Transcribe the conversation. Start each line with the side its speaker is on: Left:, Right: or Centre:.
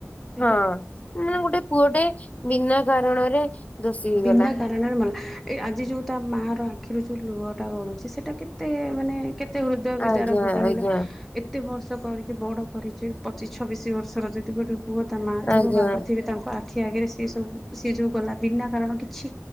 Centre: ସେଇଟା
Left: ହଁ ମାନେ ଗୋଟେ ପୁଅଟେ ବିନା କାରଣରେ ଦୋଷୀ ହେଇଗଲା।
Centre: ବିନା କାରଣ <unintelligible> ଆଜି ଯୋଉ ତା ମାଆର ଆଖିରୁ ଯୋଉ ଲୁହଟା ଗଳୁଛି। ସେଇଟା କେତେ ମାନେ କେତେ ହୃଦୟ ବିଦାରକୁ
Left: ଆଜ୍ଞା
Centre: କହିଲ
Left: ଆଜ୍ଞା
Centre: ଏତେ ବର୍ଷ କରିକି ବଡ କରିଛି। ପଚିଶ ଛବିଶ ବର୍ଷ ର ଯଦି ଗୋଟେ ପୁଅ ତା ମାଆ ଥିବ
Left: ଆଜ୍ଞା
Centre: ବାପା ଥିବେ ତାଙ୍କ ଆଖି ଆଗରେ ସିଏ ସବୁ ସିଏ ଯୋଉ ଗଲା ବିନା କାରଣ କିଛି